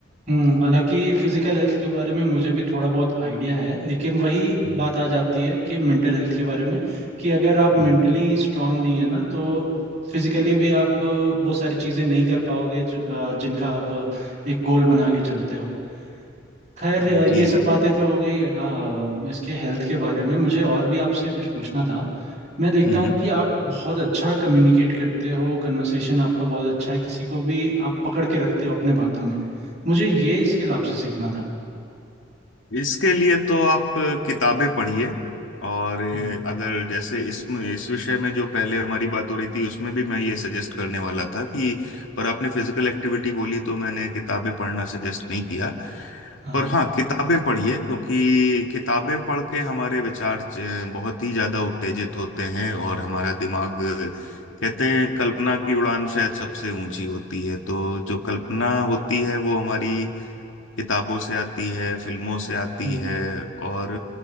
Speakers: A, on the right; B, on the left.
A: हम्म, हालांकि फिजिकल हेल्थ के बारे में मुझे भी थोड़ा बहुत आइडिया है लेकिन वही
B: हम्म
A: बात आ जाती है कि मेंटल हेल्थ के बारे में कि अगर आप
B: हम्म,
A: मेंटली स्ट्रांग नहीं है ना तो फिजिकली भी आप अ, वो सारी चीज़ें नहीं कर पाओगे जो अ, जिनका आप अ, एक गोल बना के चलते हो खैर
B: हम्म,
A: अ, ये
B: जी
A: सब बातें तो हो गई अ, इसके हेल्थ के बारे में मुझे और भी आपसे कुछ पूछना था मैं देखता
B: हम्म
A: हूँ कि आप बहुत अच्छा कम्युनिकेट करते हो कन्वर्सेशन आपका बहुत अच्छा है किसी को भी आप पकड़ के रखते हो अपने बातों में मुझे ये स्किल आपसे सीखना था
B: इसके लिए तो आप किताबें पढ़िए और
A: हम्म,
B: अगर जैसे इसमें इस विषय में जो पहले हमारी बात हो रही थी उसमें भी मैं ये सजेस्ट करने वाला था कि पर आपने फिजिकल एक्टिविटी बोली तो मैंने किताबें पढ़ना सजेस्ट नहीं किया
A: हाँ
B: पर
A: हाँ
B: हाँ किताबें पढ़िए क्योंकि किताबें पढ़ के हमारे विचार च- बहुत ही ज्यादा उत्तेजित होते हैं और हमारा दिमाग कहते हैं कल्पना की उड़ान शायद सबसे ऊंची होती है तो जो कल्पना होती है वो हमारी किताबों से आती है फिल्मों से आती
A: हम्म,
B: है और